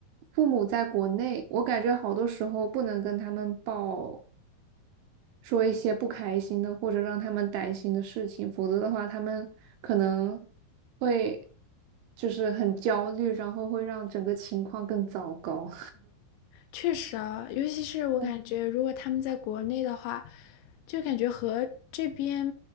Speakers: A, on the right; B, on the left.
A: 父母在国内，我感觉好多时候不能跟他们报说一些不开心的或者让他们担心的事情，否则的话他们可能会就是很焦虑，然后会让整个情况更糟糕。
B: 确实啊，尤其是我感觉，
A: <laughs>
B: 如果他们在国内的话，就感觉和这边